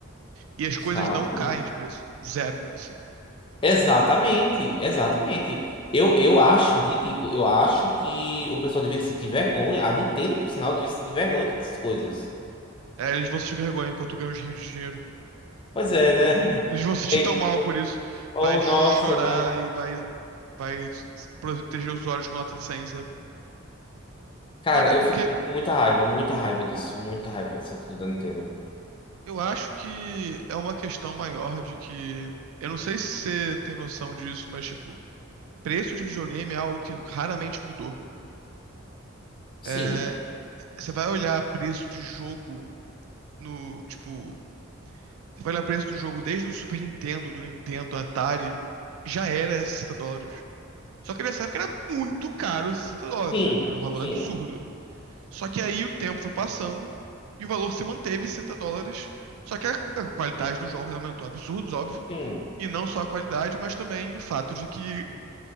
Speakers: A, on the right (about 80°); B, on the left (about 25°).
A: E as coisas
B: sabe?
A: não caem de preço. Zero, assim.
B: Exatamente, exatamente. Eu, eu acho ridículo. Eu acho que o pessoal devia sentir vergonha. A Nintendo, por sinal, devia sentir vergonha de todas essas coisas.
A: É, eles vão sentir vergonha enquanto ganham os rios de dinheiro.
B: Pois é, né? <laughs>
A: Eles vão se sentir
B: É
A: tão
B: isso.
A: mal por isso.
B: Oh,
A: Vai chorar
B: nossa, né?
A: e vai, vai proteger os olhos com nota de 100, sabe?
B: Cara,
A: Cara, é
B: eu
A: porque
B: fico com muita raiva, muita raiva disso. Muita raiva disso tudo da Nintendo.
A: eu acho que é uma questão maior de que. Eu não sei se você tem noção disso, mas, tipo, preço de videogame é algo que raramente mudou.
B: Sim,
A: É, você vai olhar preço de jogo no, tipo, Você vai olhar o preço do jogo desde o Super Nintendo, do Nintendo, Atari, já era 60 dólares. Só que nessa época era muito caro sessenta dólares,
B: sim,
A: né? Era um valor
B: sim,
A: absurdo. Só que aí o tempo foi passando e o valor se manteve 60 dólares. Só que a a qualidade dos jogos aumentou absurdos, óbvio.
B: sim,
A: E não só a qualidade, mas também o fato de que